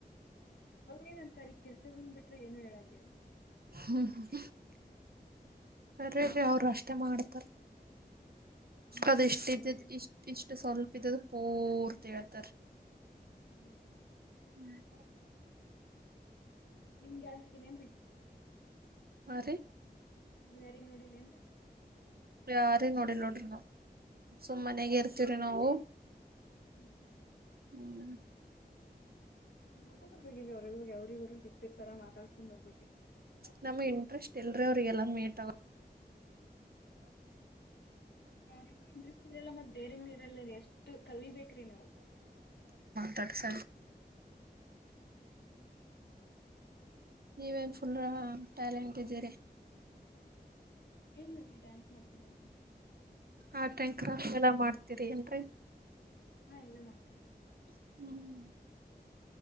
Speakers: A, on the left; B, on the right.
A: ಅವ್ರ ಏನ್ಂತಾರೆ ಕಿರ್ಚದೋಂದ ಬಿಟ್ರೆ ಏನು ಹೇಳಲ್ರಿ.
B: ಹ್ಮ ಹಾ <unintelligible> <inaudible> ಕರೆಅವರು ಅಷ್ಟೆ ಮಾಡ್ತಾರ.
A: ಹಂಗ್ರಿ
B: ಅದ್ ಇಷ್ಟ
A: ಮಾಡ್ತಾರಲ್ರಿ
B: ಇದ, ಇಷ್ಟ- ಇಷ್ಟು ಸ್ವಲ್ಪ ಇದ ಪೋರ್ತಿ ಹೇಳ್ತಾರಿ.
A: ಹ್ಮ ರೀ <inaudible>
B: ಹ್ಮ್ <unintelligible>
A: ನಿಮಗೆಯಾರಸಿಕ್ಕಿಲೇನ್ರಿ.
B: ಹಾ ರೀ <inaudible>
A: ನೀವ್ ಯಾರಿಗ್ ನೋಡಿಲ ಏನ್ರೀ.
B: ಯಾರಿಗಿ ನೋಡಿಲ್ ನೋಡ್ರಿ ನಾವು ಸುಮ್ಮನೆ ಮನೆಗ ಇರ್ತವ್ರಿ ನಾವು.
A: ಹ್ಮ್ <inaudible>
B: ಹ್ಮ್,
A: ನೋಡ್ಕೊಂಡ್ ಬರ್ಬೇಕಿಲ್ರಿ ಅವ್ರಗೋಗ ಅವ್ರ ಇವರು ಸಿಗ್ತಿರ್ತಾರಾತಾಸ್ಕೊಂಡ್ ಬರ್ಬೇ್ರಿ
B: ನಮ ಇಂಟ್ರೆಸ್ಟ್ ಇಲ್ರ ಅವ್ರಿಗೆಲ್ಲ ಮೇಟ್
A: ಯಾರಿಗೂ ಇಂಟ್ರೆಸ್ಟ್ ಇದೆಲ್ಲ ಮತ್ ಬೇರೆಂಗ ಇರಲ್ಲ ರೀ ಎಷ್ಟು ಕಲ್ಬೇಕ್ರಿ ನಾವು
B: ತಟಸ ನೀವೇನ್ ಫುಲ್ ಟ್ಯಾಲೆಂಟ್ ಇದ್ದೀರಿ
A: ಏನಲ್ಲಿ ಡ್ಯಾನ್ಸ್ ಮಾಡ್ತೀನಿ ಅಂತೆ
B: ಹಾ ಟ್ಯಾಂಕ್ರ ಎಲ್ಲ ಮಾಡ್ತೀರಿ ಏನ್
A: ಹಾ ಎಲ್ಲಾ ಮಾಡ್ತೇನ್
B: ಹ್ಮ್